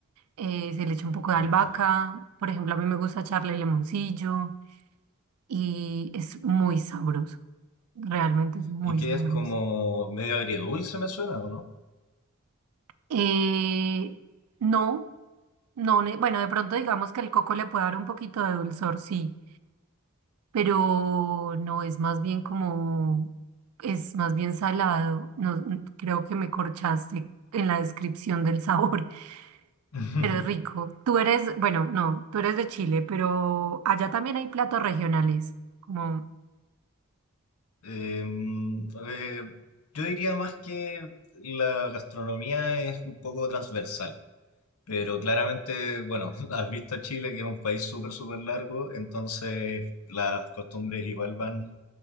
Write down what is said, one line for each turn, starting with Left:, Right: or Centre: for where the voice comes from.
Right: eh, se le echa un poco de
Left: no.
Right: albahaca. Por ejemplo, a mí me gusta echarle limoncillo y es muy sabroso. Realmente es muy
Left: ¿Y qué
Right: sabroso.
Left: es como medio agridulce, me suena, o no?
Right: Eh, no, no, ne- bueno, de pronto digamos que el coco le puede dar un poquito de dulzor, sí, pero no es más bien como, es más bien salado. No, n- creo que me corchaste en la descripción del sabor, <laughs>
Left: <laughs>
Right: pero es rico. Tú eres, bueno, no, tú eres de Chile, pero allá también hay platos regionales, como...
Left: Em, eh, yo diría más que la gastronomía es un poco transversal. Pero claramente, bueno, <laughs> has visto a Chile, que es un país súper, súper largo, entonces las costumbres igual van,